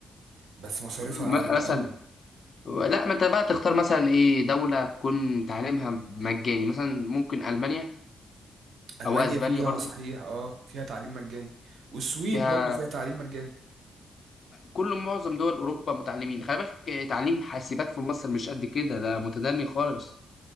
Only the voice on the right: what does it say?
بس مصاريفها
عالية
قوي
ألمانيا
فيها
صحيح اه فيها تعليم مجاني والسويد
برضو فيها تعليم مجاني